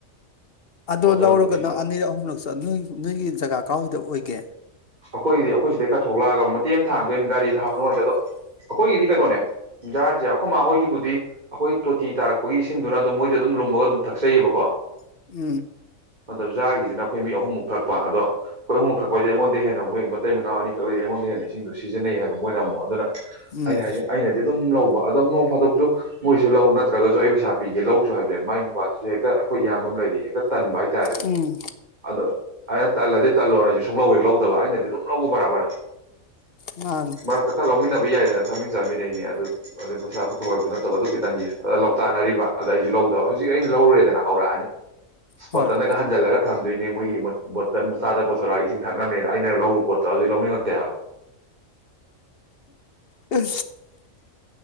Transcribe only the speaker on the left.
ꯑꯗꯣ
ꯂꯧꯔꯒ
ꯅꯪ ꯑꯅꯤꯔꯛ ꯑꯍꯨꯝꯂꯛꯁꯨ ꯅꯣꯏ ꯅꯣꯏꯒꯤ ꯖꯒꯥ ꯀꯗꯥꯋꯥꯏꯗ ꯑꯣꯏꯒ ꯒꯦ
ꯎꯝ
ꯎꯝ
ꯎꯝ
ꯃꯥꯅꯤ
ꯍꯣꯏ
ꯎ